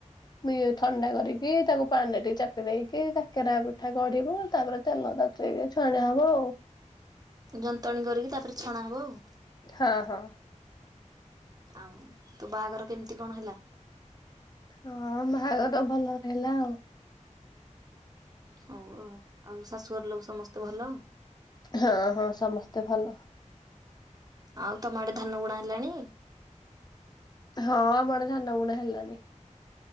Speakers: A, on the left; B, on the right.
A: ଇଏ ଥଣ୍ଡା କରିକି ତାକୁ ପାଣିରେ ଚାପି ଦେଇକି କାକେରା ପିଠା ଗଢିବ। ତାପରେ ତେଲ ତତେଇକି ଛଣାହବ ଆଉ।
B: ଯନ୍ତଣୀ କରିକି ତାପରେ ଛଣା ହବ ଆଉ।
A: ହଁ ହଁ।
B: ଆଉ ତୋ ବାହାଘର କେମିତି କଣ ହେଲା?
A: ହଁ ବାହାଘର ଭଲରେ ହେଲା ଆଉ।
B: ହଉ ଆଉ ଆଉ ଶାଶୁଘର ଲୋକ ସମସ୍ତେ ଭଲ।
A: ହଁ ହଁ ସମସ୍ତେ ଭଲ।
B: ଆଉ ତମ ଆଡ଼େ ଧାନ ବୁଣା ହେଲାଣି।
A: ହଁ ଆମ ଆଡେ ଧାନ ବୁଣା ହେଲାଣି।